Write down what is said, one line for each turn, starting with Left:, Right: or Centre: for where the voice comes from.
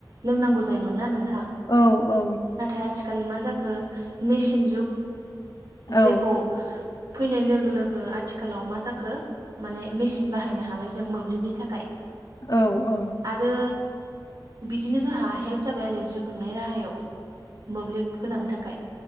Right: लोंनांगौ जायोमोन ना नोंथां।
Left: औ औ
Right: नाथाय आथिखाल मा जाखो मेसिन जुग
Left: औ
Right: जेखौ फैनाय लोगो लोगो आथिखालाव मा जाखो माने मेसिन बाहायनो हाबाय जों मोब्लिबनि थाखाय
Left: औ औ
Right: आरो बिदिनो जोंहा हेल्प जाबाय आरो जिउ खुंनाय राहायाव मोब्लिब गोनांनि थाखाय